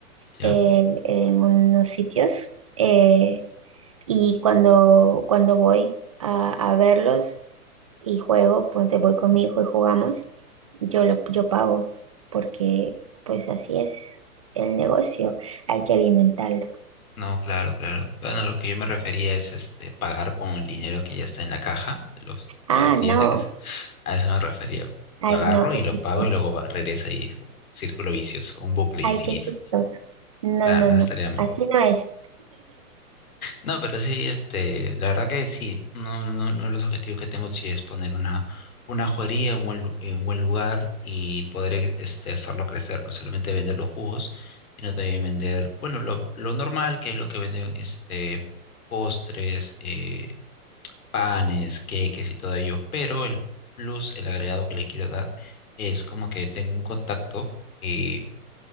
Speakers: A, on the left (about 70°); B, on the right (about 25°).
A: ¿ya?
B: eh, en unos sitios eh, y cuando, cuando voy a, a verlos y juego, ponte voy con mi hijo y jugamos, yo, lo, yo pago porque pues así es el negocio. Hay que alimentarlo.
A: No, claro, claro. Bueno, lo que yo me refería es este, pagar con el dinero que ya está en la caja de los,
B: Ah,
A: de los clientes,
B: no.
A: que se- a eso me refería.
B: Ay,
A: Lo agarro
B: no, qué
A: y lo
B: chistoso.
A: pago y luego va- regresa y es como un círculo vicioso, un bucle
B: Ay,
A: infinito.
B: qué chistoso. No,
A: Claro,
B: no,
A: eso
B: no.
A: estaría mal.
B: Así no es.
A: No, pero sí, este, la verdad que sí, no, no, no de los objetivos que tengo sí es poner una, una joyería en un buen, lu- en un buen lugar y poder eh, este, hacerlo crecer, no solamente vender los jugos, sino también vender, bueno, lo, lo normal, que es lo que venden este, postres, eh, panes, queques y todo ello, pero el plus, el agregado que le quiero dar es como que tengo un contacto eh,